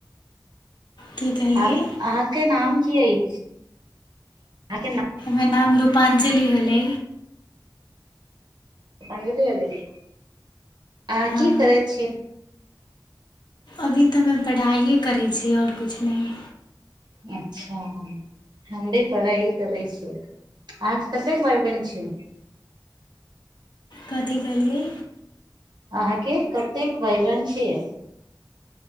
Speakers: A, on the left; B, on the right.
A: की कहलियै
B: आ अहाँ के नाम की अइ आ के
A: ओर नाम रूपाञ्जलि होलै
B: रुपञ्जलि हलइ अहाँ
A: हँ
B: की करै छीयै
A: अभी तऽ ह पढ़ाइए करै छी आओर किछु नहि
B: अच्छा हम भी पढ़ाइ करै छियै अहाँके कतेक भााय बन छ
A: कथि केलियै
B: अहाँके कतेक भाई बहन छिय